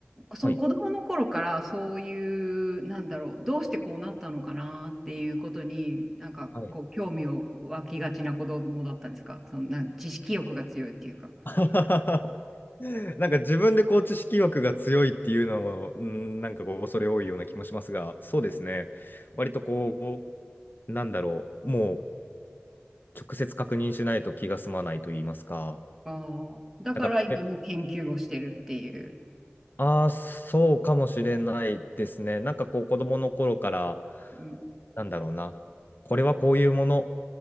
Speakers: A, in the centre; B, on the left.
A: そう、
B: はい。
A: 子供の頃からそういう、なんだろう、どうしてこうなったのかなっていうことに、なんかこう、
B: はい。
A: 興味を湧きがちな子供だったんですかそんな知識欲が強いっていうか。
B: <laughs> なんか自分でこう知識欲が強いっていうのも、うん、なんかこう恐れ多いような気もしますが、そうですね。割とこなんだろう、もう直接確認しないと気が済まないと言いますか。
A: ああ、だから今も研究をしてるっていう。
B: なんかこれ、ああ、そうかもしれないですね。なんかこう子供の頃から、
A: うん、
B: なんだろうな、これはこういうもの